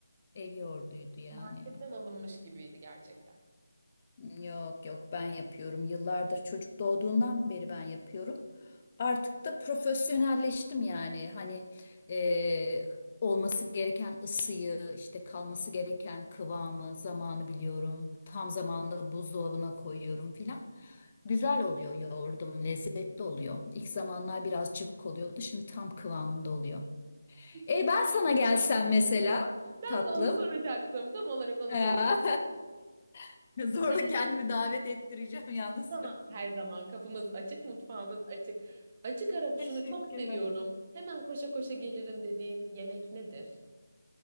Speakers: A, on the left; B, on the right.
A: Ev yoğurduydu yani.
B: Marketten alınmış gibiydi gerçekten.
A: Yok yok ben yapıyorum. Yıllardır çocuk doğduğundan beri ben yapıyorum. Artık da profesyonelleştim yani. Hani e, olması gereken ısıyı, işte kalması gereken kıvamı, zamanı biliyorum. Tam zamanında buzdolabına koyuyorum filan. Güzel oluyor yoğurdum, lezzetli oluyor. İlk zamanlar biraz cıvık oluyordu, şimdi tam kıvamında oluyor.
B: Peki
A: E ben sana gelsem mesela
B: ben
A: tatlım.
B: de onu soracaktım. Tam olarak onu
A: Ya.
B: soracaktım.
A: <laughs> Zorla
B: Senin
A: kendimi davet ettireceğim yalnız.
B: sana her zaman kapımız açık, mutfağımız açık. Açık ara
A: Teşekkürler.
B: şunu çok seviyorum. Hemen koşa koşa gelirim dediğin yemek nedir?